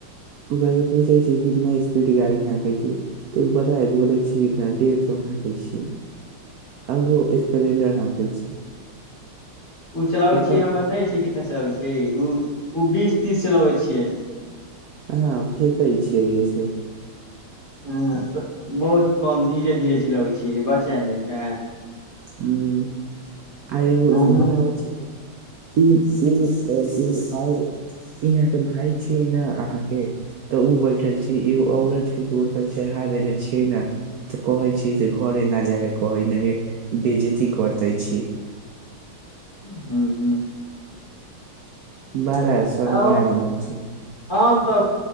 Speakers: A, on the right; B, on the left.
A: ओकरा से पूछै छी कितना स्पीड गाड़ी हांकै छै। तऽ ऊ पता अइ बोलै छी कितना डेढ़ सौ हांकै छीयै आ उहो स्पी प्लेंडर हांकै छै।
B: ऊ चलाबै
A: पता
B: छियै हम बताबे छीयै कितना चलाबै छियै ऊ ऊ बीस तीस चलबै छियै।
A: कहां फेेकै छियै ऐसे।
B: हं बहुत कम धीरे धीरे चलबै छीयै जे <unintelligible>
A: हूं आ एगो
B: हाँ
A: सुुने में आबै छै क ई ऊ और इन आउर इ यहाँ के भाय छियै ने अहाँके। तऽ ऊ बैठल छै एगो औरत के गोर पर चढ़ा देेले छियै न। तऽ कहै छै से घरे ना जाके कहै न बेजती करतै छी।
B: हूं हूं
A: बडा शर्मनाक
B: औ
A: बात छै।
B: हम तऽ